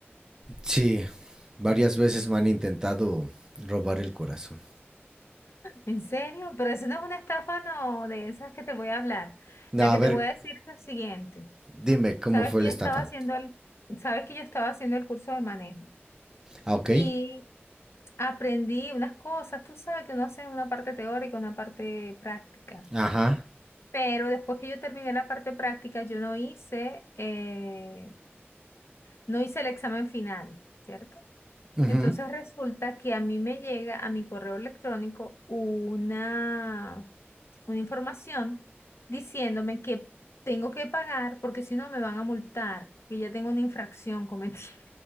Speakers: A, on the right (about 15°); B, on the left (about 80°).
A: Sí, varias veces me han intentado robar el corazón.
B: ¿En serio? Pero eso no es una estafa, no, de esas que te voy a hablar.
A: No,
B: La que
A: a ver,
B: te voy a decir es lo siguiente.
A: dime, ¿cómo
B: Sabes
A: fue
B: que
A: la
B: yo
A: estafa?
B: estaba haciendo el, sabes que yo estaba haciendo el curso de manejo.
A: Ah, ok.
B: y aprendí unas cosas, tú sabes que uno hace una parte teórica, una parte práctica.
A: Ajá.
B: Pero después que yo terminé la parte práctica, yo no hice, eh, no hice el examen final, ¿cierto?
A: ujú.
B: Entonces resulta que a mí me llega a mi correo electrónico una, una información diciéndome que tengo que pagar porque si no me van a multar, que ya tengo una infracción cometida.